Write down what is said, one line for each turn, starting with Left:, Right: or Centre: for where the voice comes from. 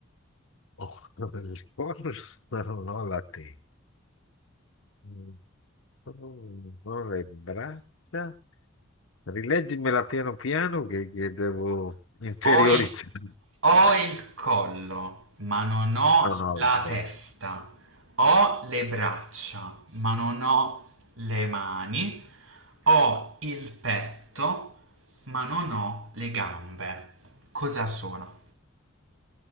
Left: Oh, il corpo, però non la testa. Mm. Oh, Non le braccia. Rileggimela piano piano che, che devo <laughs> interiorizzare.
Right: Ho il ho il collo, ma non ho
Left: No, no,
Right: la
Left: la
Right: testa.
Left: testa.
Right: Ho le braccia, ma non ho le mani. Ho il petto, ma non ho le gambe. Cosa sono?